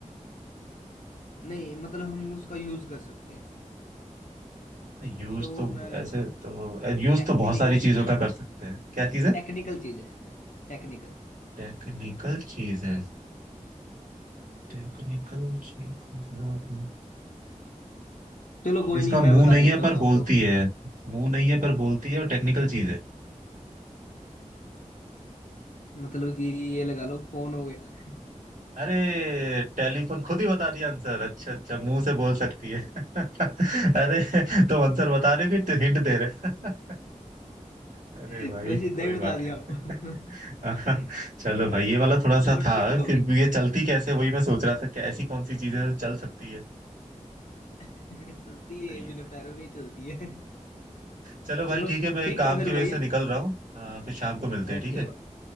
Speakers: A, on the left (about 75°); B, on the right (about 80°).
A: नहीं मतलब हम उसका यूज कर सकते हैं
B: नहीं यूज
A: तो
B: तो
A: मैं
B: ऐसे तो यूज
A: टेक्निकल
B: तो बहुत सारी
A: चीज
B: चीजों
A: है
B: का कर सकते हैं क्या चीज है
A: टेक्निकल चीज है टेक्निकल
B: टेक्निकल चीज है टेक्निकल चीज मतलब
A: चलो कोई
B: जिसका
A: नहीं मैं
B: मुंह
A: बता
B: नहीं
A: देता
B: है पर
A: हूँ
B: बोलती
A: आपको
B: है मुंह नहीं है पर बोलती है और टेक्निकल चीज है
A: मतलब कि ये लगा लो फोन हो गया
B: अरे टेलीफोन खुद ही बता दिया आंसर अच्छा अच्छा मुंह से बोल सकती है <laughs> अरे तुम आंसर बता रहे हो कि हिंट दे रहे हो <laughs> अरे
A: <laughs>
B: भाई
A: बस इतना
B: कोई
A: ही बता
B: बात
A: दिया
B: नहीं
A: आपको
B: <laughs>
A: <laughs>
B: चलो भाई ये वाला
A: चलो
B: थोड़ा सा था
A: ठीक है
B: फिर
A: भाई
B: भी ये चलती कैसे वही मैं सोच रहा था कि ऐसी कौन सी चीजें जो चल सकती है
A: <laughs> चलती है
B: सही
A: ये
B: है
A: बिना
B: सही
A: पैरों के ही चलती है
B: चलो भाई
A: चलो
B: ठीक है मैं
A: ठीक
B: काम
A: है फिर
B: की वजह
A: भाई
B: से निकल रहा हूँ अ, फिर शाम को
A: ठीक
B: मिलते
A: है
B: हैं
A: ओके
B: ठीक है
A: भाई